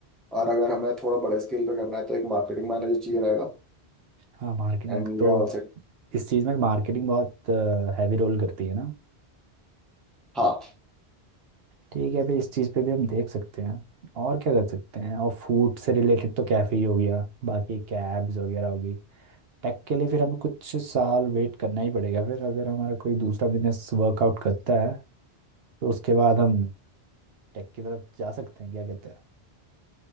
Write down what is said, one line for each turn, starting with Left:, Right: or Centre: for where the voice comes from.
Centre: और अगर हमें थोड़ा बड़े स्केल पे करना है तो एक मार्केटिंग मैनेजर चाहिए रहेगा
Right: हाँ मार्केटिंग
Centre: And we
Right: तो
Centre: are all
Right: इस चीज़ में मार्केटिंग बहुत हैवी रोल करती है ना
Centre: set
Right: ठीक है फिर इस चीज़ पे भी हम देख सकते हैं और क्या कर सकते हैं और फूड से रिलेटेड तो कैफ़े ही हो गया बाकी कैब्स वगैरह होगी टेक के लिए फिर हमें कुछ साल वेट करना ही पड़ेगा फिर अगर हमारा कोई दूसरा बिजनेस वर्कआउट करता है तो उसके बाद हम टेक की तरफ जा सकते हैं क्या कहते हैं